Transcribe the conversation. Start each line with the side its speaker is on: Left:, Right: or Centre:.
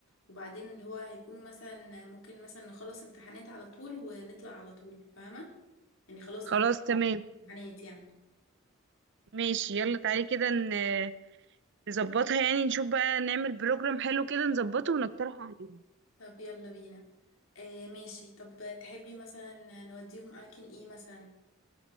Left: وبعدين اللي هو هيكونوا مثلا ممكن مثلا نخلص امتحانات على طول ونطلع على طول فاهمة يعني خلاص
Right: خلاص
Left: احنا
Right: تمام
Left: امتحانات يعني
Right: ماشي يلا تعالي كده ن- نظبطها يعني نشوف بقى نعمل بروجرام حلو كده نظبطه ونقترحه عليهم
Left: طب يلا بينا آه ماشي طب تحبي مثلا نوديهم اماكن ايه مثلا